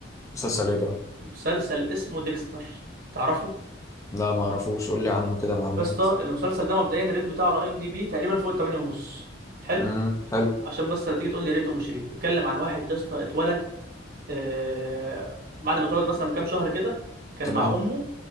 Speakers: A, on the left; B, on the right.
A: مسلسل ايه بقى
B: مسلسل اسمه ديكستر تعرفه
A: لا ما اعرفوش قول لي عنه كده معلومات
B: يا اسطى المسلسل ده مبدئيا الريت بتاعه على اي ام دي بي تقريبا فوق ال 8 ونص حلو
A: امم حلو
B: عشان بس لا تيجي تقول لي ريت ومش ريت بيتكلم عن واحد يا اسطى اتولد آه بعد ما اتولد مثلا من كام شهر كده كان
A: تمام
B: مع امه